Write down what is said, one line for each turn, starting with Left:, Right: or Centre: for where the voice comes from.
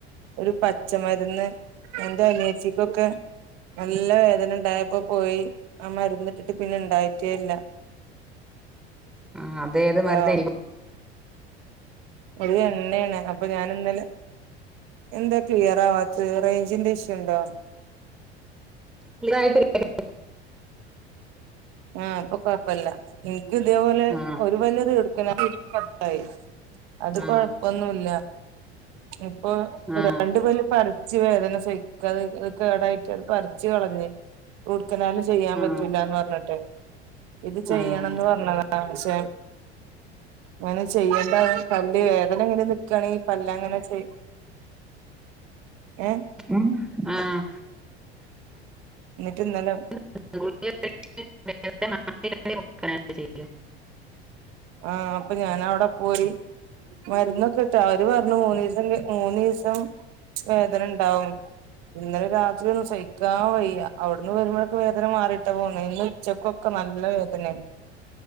Right: ഒരു പച്ചമരുന്ന്, എന്റെ അനിയത്തിക്കൊക്കെ. നല്ല വേദന ഉണ്ടായപ്പോ പോയി, ആ മരന്ന്ട്ടിട്ട് പിന്നെ ഇണ്ടായിട്ടേ ഇല്ല.
Centre: ആഹ്. അതേത്
Right: ഹലോ
Centre: മരുന്നാ? എനിക്കും -
Right: ഒര് എണ്ണേണ്. അപ്പൊ ഞാന് ഇന്നലെ. എന്താ ക്ലിയർ ആവാത്തത് റേഞ്ചിന്റെ ഇഷ്യൂണ്ടോ?
Centre: ക്ലിയറായിട്ടില്ലേ?
Right: ആഹ്. പ്പൊ കൊഴപ്പല്ല. എനിക്കും ഇതേപോലെ
Centre: ആ
Right: ഒരു പല്ല് എടു- യി. <unintelligible> അത്
Centre: ആ
Right: കൊഴപ്പൊന്നുല്ല. ഇപ്പൊ
Centre: ആ ആ
Right: രണ്ടുപല്ല് പറി - വേദന സഹിക്കാതെ ആയിട്ട് അത് കേടായിട്ട് അത് പറിച്ച് കളഞ്ഞ്. റൂട്ട്ക്കനാല് ചെയ്യാൻ
Centre: ആ
Right: പറ്റൂലാന്ന് പറഞ്ഞിട്ട്. ഇത് ചെയ്യണംന്ന്
Centre: ആ
Right: പറഞ്ഞതാ. ആഹ്. പക്ഷെ അങ്ങനെ ചെയ്യണ്ട പല്ല് വേദന എങ്ങനെ, - ണെങ്കി പല്ല് അങ്ങനെ ചെയ്. ഏഹ്?
Centre: ഉം. ആഹ്.
Right: എന്നിട്ട് ഇന്നലെ.
Centre: ചെയ <inaudible>
Right: ആഹ്. അപ്പൊ ഞാൻ അവടെ പോയി. മരുന്നൊക്കെട്ടാ, അവര് പറഞ്ഞു മൂന്നീസം, മൂന്നു ദിസം വേദന ഉണ്ടാവും. ഇന്നലെ രാത്രി ഒന്നും സഹിക്കാൻ വയ്യ. അവിടന്ന് വരുമ്പോഴൊക്കെ വേദന മാറിയിട്ടാ പോന്നത്. ഇന്ന്- ച്ചക്കൊക്കെ നല്ല വേദനേയിന്